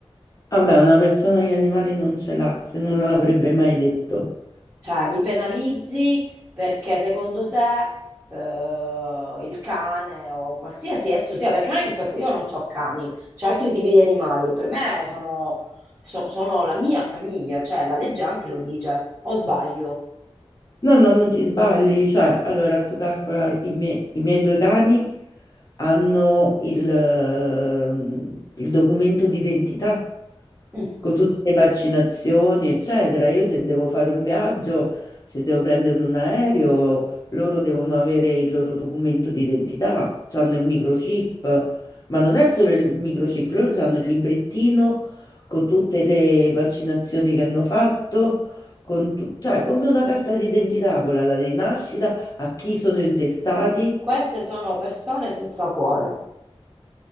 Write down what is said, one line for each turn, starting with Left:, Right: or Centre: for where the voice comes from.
Left: vabbè, una persona gli animali non ce l'ha, se non l'avrebbe mai detto.
Right: Cioè, mi penalizzi perché secondo te eh, il cane o qualsiasi esso sia, perché non è che per, io non ho cani, ho altri tipi di animali, per me sono, so- sono la mia famiglia, cioè la legge anche lo dice, o sbaglio.
Left: No, no, non ti sbagli, cioè, allora tu calcola i miei, i miei due cani hanno il, ehm, il documento d'identità
Right: Mm.
Left: con tutte le vaccinazioni, eccetera. Io se devo fare un viaggio, se devo prendere un aereo, loro devono avere il loro documento d'identità, hanno il microchip, ma non è solo il microchip, loro hanno il librettino con tutte le vaccinazioni che hanno fatto con tu- cioè come una carta d'identità quella data di nascita, a chi sono intestati,
Right: Queste sono persone senza cuore.